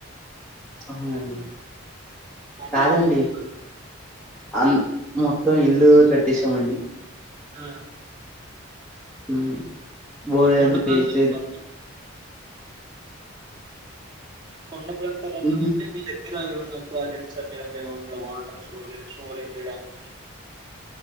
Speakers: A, in the centre; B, on the right (about 25°).
A: అవునండి
B: కొండలలో
A: కాదండి
B: ఉంటున్నారు
A: అ మొత్తం ఇల్ చట్ దిశామండి
B: ఆ
A: హ్మ్ <unintelligible>
B: మీరు కొండ
A: అంది పస
B: ప్రాంతం కొండా ప్రాంతాలల్లో
A: హుహు.
B: అంటే మీ దగ్గ మీరా ఏమన్న ప్రాజెక్ట్స్ అట్ట లేవు అక్కడ వాటర్ స్టోరేజ్ స్టోరేజ్ చేయడానికి